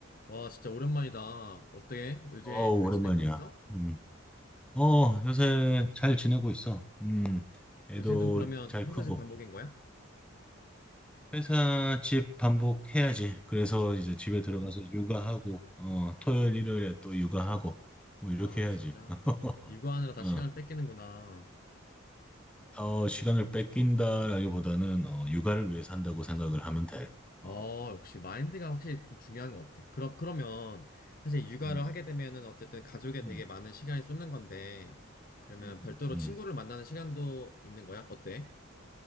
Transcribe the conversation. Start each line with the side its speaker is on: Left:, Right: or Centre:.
Left: 와, 진짜 오랜만이다. 어때? 요새
Centre: 어우,
Left: 잘
Centre: 오랜만이야.
Left: 지내고 있어?
Centre: 음. 어, 요새 잘 지내고 있어. 음,
Left: 음.
Centre: 애도
Left: 요새도 그러면
Centre: 잘 크고.
Left: 회사 집 반복인 거야?
Centre: 회사 집 반복해야지. 그래서 이제 집에 들어가서 육아하고, 어,
Left: 음.
Centre: 토요일, 일요일에 또 육아하고, 뭐 이렇게
Left: 아,
Centre: 해야지.
Left: 진짜.
Centre: <laughs>
Left: 육아하느라 다 시간을
Centre: 어,
Left: 뺏기는구나.
Centre: 더 시간을 뺏긴다라기보다는, 어, 육아를 위해 산다고 생각을 하면 돼.
Left: 어,
Centre: 어,
Left: 역시 마인드가 확실히 좀 중요한 것 같아. 그럼, 그러면 사실 육아를
Centre: 음,
Left: 하게 되면은 어쨌든 가족에
Centre: 음,
Left: 되게 많은 시간이 쏟는 건데, 그러면
Centre: 음,
Left: 별도로
Centre: 음.
Left: 친구를 만나는 시간도 있는 거야? 어때?